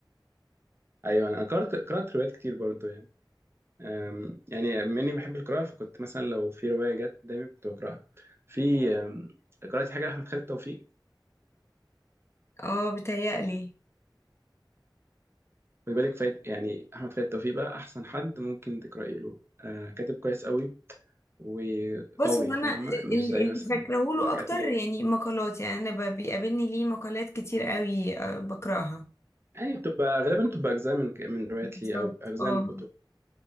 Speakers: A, on the right; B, on the left.
A: أيوة أنا قرأت قرأت روايات كتير برضه يعني أم، يعني بما إني بحب القراءة فكنت مثلا لو في رواية جت قدامي كنت بقرأها في أم، قرأت حاجة لأحمد خالد توفيق
B: اه بتهيألي
A: خد بالك فايت يعني أحمد خالد توفيق بقى أحسن حد ممكن تقرأي له أه، كاتب كويس قوي وقوي
B: بص هو انا
A: فاهمة
B: ال-
A: مش زي
B: اللي
A: مثلا
B: فاكراه له
A: الحاجات
B: اكتر
A: اللي هي
B: يعني مقالات يعني انا ب- بيقابلني ليه مقالات كتير قوي آه، بقراها
A: يعني بتبقى غالبا بتبقى أجزاء من من روايات
B: بالظبط
A: ليه أو أجزاء
B: اه
A: من كتب